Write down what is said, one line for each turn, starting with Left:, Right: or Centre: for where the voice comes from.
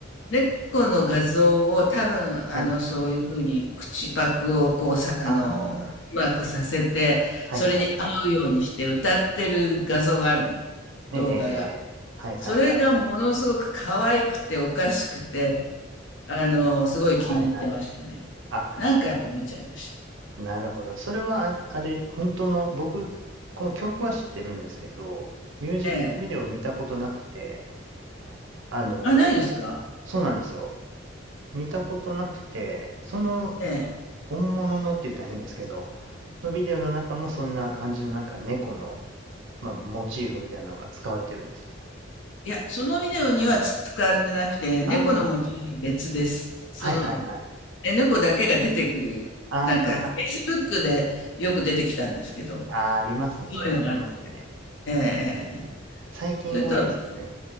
Left: 猫の画像を多分、
Right: はい。
Left: あの、そういうふうに口パクをこうさ、あの、
Right: あー、
Left: うまくさせて、
Right: はい、
Left: それに合うようにして歌ってる画像があるの、
Right: はい、はい。ええ、
Left: 動画が。
Right: ええ、ええはい、
Left: それがものすごく可愛くておかしくて、
Right: はい、はい、はい。
Left: あの、すごい気に入ってましたね。
Right: はいはい。あ、
Left: 何回も見ちゃいました。
Right: なるほど。それは、あ、あれ、本当の、僕、この曲は知ってるんですけど、ミュージックビデオ見たことなくて、
Left: ええ。
Right: あの、
Left: あ、ないですか
Right: そうなんですよ。見たことなくて、その、
Left: ええ。
Right: 本物のって言ったら変ですけど、のビデオの中もそんな感じの、なんか猫の、まあ、モチーフみたいなのが使われてるんですか
Left: いや、そのビデオにはつ使われてなくて、猫のモチーフは別です。
Right: ああー、
Left: その、
Right: はいはいはい。
Left: え、猫だけが出てくる、
Right: あ
Left: なんか、Facebook でよく出てきたんですけど、
Right: ああー、ありますね、
Left: そういうのがあって、
Right: ありますね。
Left: ええええええ
Right: 最近多いですよね。
Left: それとは別、